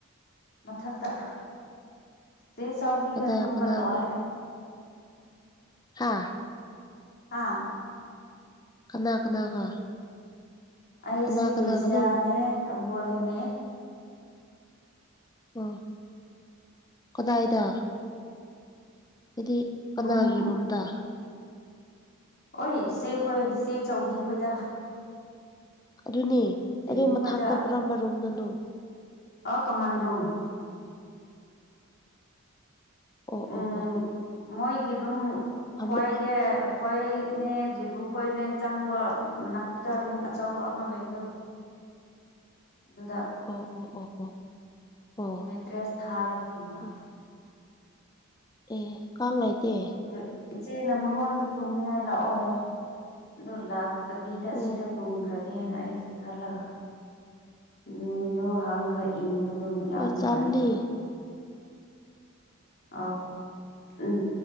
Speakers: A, on the left (about 50°); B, on the left (about 20°).
A: ꯃꯊꯛꯇ ꯑ ꯆꯦ ꯆꯧꯕꯤꯅ
B: ꯀꯗꯥꯏ
A: ꯇꯨꯝꯕ
B: ꯀꯅꯥꯒꯤ
A: ꯂꯣꯏꯔꯦ꯫
B: ꯍꯥ
A: ꯍꯥꯥ
B: ꯀꯅꯥ ꯀꯅꯥꯒ
A: ꯑꯩꯁꯦ
B: ꯀꯅꯥ ꯀꯅꯥꯒꯅꯣ
A: ꯀꯦꯖꯤꯌꯥꯅꯦ ꯔꯝꯕꯣꯂꯤꯌꯨꯅꯦ
B: ꯑꯣ ꯀꯗꯥꯏꯗ ꯍꯥꯏꯗꯤ ꯀꯅꯥꯒꯤ
A: ꯔꯨꯝ
B: ꯔꯨꯝꯗ
A: ꯑꯣꯏ ꯏꯆꯦ ꯈꯣꯏ ꯏꯆꯦ ꯆꯧꯕꯤ ꯈꯣꯏꯗ
B: ꯑꯗꯨꯅꯦ
A: ꯖꯤꯂꯨ
B: ꯑꯗꯨ ꯃꯊꯥꯛꯇ
A: ꯈꯣꯏꯗ
B: ꯀꯔꯝꯕ ꯔꯨꯝꯗꯅꯣ
A: ꯑꯥ ꯀꯃꯟ ꯔꯨꯝ
B: ꯑꯣ
A: ꯎꯝ
B: ꯑꯣ ꯑꯣ
A: ꯃꯣꯏꯒꯤ ꯔꯨꯝ ꯈꯣꯏꯒꯦ
B: ꯑꯃꯨꯛ
A: ꯈꯣꯏ ꯅꯦ ꯖꯤꯂꯨ ꯈꯣꯏꯅꯦ ꯆꯪꯕ ꯃꯅꯥꯛꯇꯨꯗ ꯔꯨꯝ ꯑꯆꯧꯕ ꯑꯃ ꯂꯩꯕꯗꯣ ꯑꯗꯨꯗ
B: ꯑꯣ ꯑꯣ ꯑꯣ ꯑꯣ ꯑꯣ
A: ꯃꯦꯇ꯭ꯔꯦꯁ ꯊꯥꯔꯒ ꯇꯨꯝꯕ
B: ꯑꯣ ꯑꯦ ꯀꯥꯡ ꯂꯩꯇꯦ
A: ꯑꯗꯨ ꯏꯆꯦꯅ ꯃꯉꯣꯟꯗ ꯇꯨꯝꯅꯤꯡꯉꯥꯏ ꯂꯥꯛꯑꯣ ꯍꯥꯏꯌꯦ ꯑꯗꯨ ꯂꯥꯛ ꯇꯕꯤꯗ
B: ꯑꯣ
A: ꯁꯤꯗ ꯇꯨꯝꯈ꯭ꯔꯦ ꯒꯦꯅ ꯑꯩꯁꯦ ꯈꯂꯒ ꯅꯨ ꯋꯤꯟꯗꯣ ꯍꯥꯡꯈꯩ ꯏꯪꯕꯗꯣ ꯌꯥꯝ
B: ꯑꯣ
A: ꯅꯨꯡꯉꯥꯏꯌꯦꯕ
B: ꯆꯥꯝꯗꯤ
A: ꯑꯥꯎ ꯎꯝ